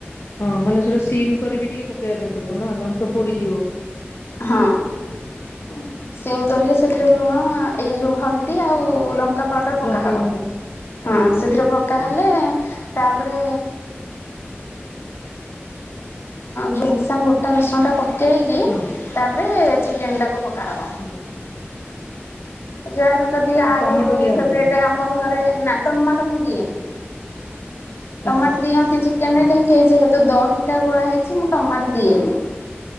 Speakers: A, on the left; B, on the left.
A: ହଁ ମାନେ ସେଟା ସିମ୍ କରିକି ଟିକେ ପକେଇବା ପାଇଁ ପଡିବନା ନହେଲେ ତ ପୋଡିଯିବ।
B: ହଁ
A: ହଁ
B: ସିଙ୍ଗ କରିକି ସେଥିରେ ଲୁଣ ଏଇ ଯୋଉ ହଳଦୀ ଆଉ ଲଙ୍କା ଲଙ୍କା ପାଉଡର ପକା
A: ଲଙ୍କାଗୁଣ୍ଡ
B: ହବ ହଁ
A: ଆଜ୍ଞା
B: ସେଥିରେ ପକା
A: ହଁ
B: ହେଲେ ତାପରେ ଯୋଉସାଙ୍ଗ ଗୋଟା ରସୁଣ ଲଟା ପକେଇକି
A: ହଁ
B: ତାପରେ ଚିକେନ ଟାକୁ ପକେଇ ପକହବ।
A: ହଁ।
B: <inaudible> ଯାହାର
A: ଆଚ୍ଛା
B: ଯଦି ଆଳୁ
A: ଆଉ ଟମାଟୋ ଦିଆହବନି
B: ଫେବ୍ରେଟ ଆମ ଘରେ ନା ଟମାଟୋ ମୁଁ ଦିଏନି। ଟମାଟ
A: ଆଚ୍ଛା ଆଚ୍ଛା
B: ଦିଅନ୍ତି ଚିକେନରେ
A: ହଁ
B: କେହି ଯେହେତୁ ଦ ଏଇଟା ଗୋଳା ହେଇଛି ମୁଁ ଟମାଟ ଦିଏନି।